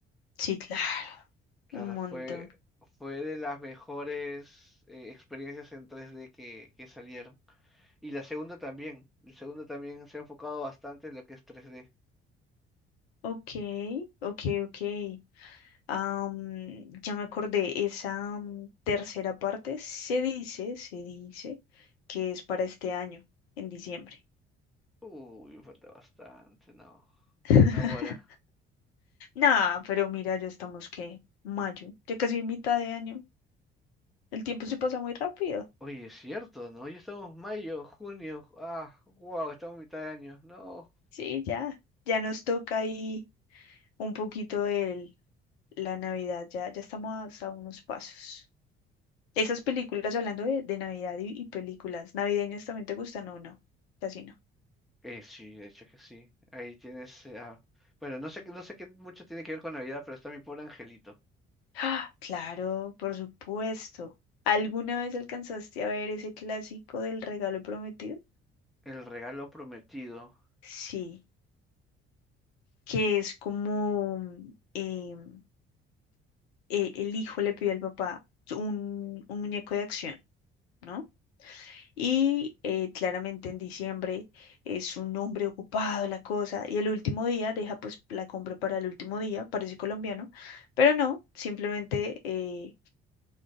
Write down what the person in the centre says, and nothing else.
Claro,
fue, fue de las mejores eh, experiencias en tres d que, que salieron. Y la segunda también. La segunda también se ha enfocado bastante en lo que es 3D.
Uy, me falta bastante, no.
Naguará.
Oye, es cierto, ¿no? Ya estamos mayo, junio. Ah, wow, estamos en mitad de año. No.
Eh, sí, de hecho que sí. Ahí tienes. eh, ah, Bueno, no sé, qué- no sé qué mucho tiene que ver con Navidad, pero está mi pobre angelito.
El regalo prometido.